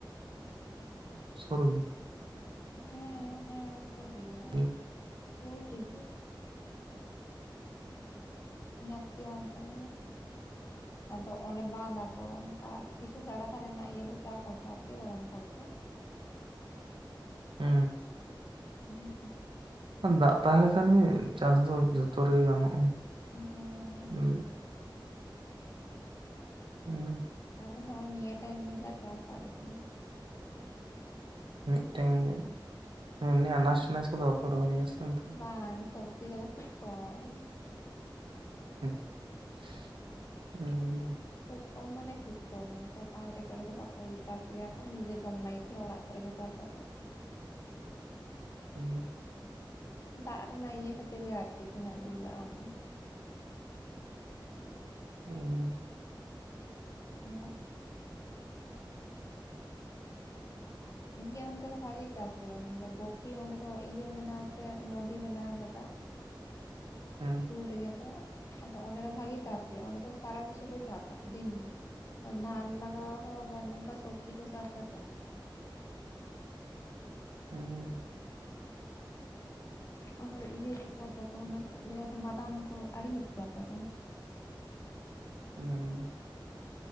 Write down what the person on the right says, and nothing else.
ᱥᱩᱨ ᱨᱮᱜᱮ
ᱜᱮ
ᱮᱻᱻ᱾
ᱫᱟᱜ ᱛᱟᱦᱮᱸ ᱞᱮᱠᱷᱟᱱ ᱜᱮ ᱪᱟᱥ ᱫᱚ ᱡᱷᱚᱛᱚ ᱨᱮᱜᱮ ᱜᱟᱱᱚᱜ-ᱟ᱾
<unintelligible> ᱦᱩᱸ᱾
ᱢᱤᱫᱴᱮᱱ ᱜᱮ ᱮᱢᱱᱤ ᱟᱱᱟᱡ ᱱᱟᱪ ᱠᱚᱫᱚ ᱵᱟᱠᱚ ᱨᱚᱦᱚᱭᱟᱥᱮ ᱚᱱᱛ
<unintelligible>
<unintelligible>
ᱦᱩᱸ᱾
ᱦᱩᱸ
ᱦᱩᱸ᱾
ᱦᱩᱸ᱾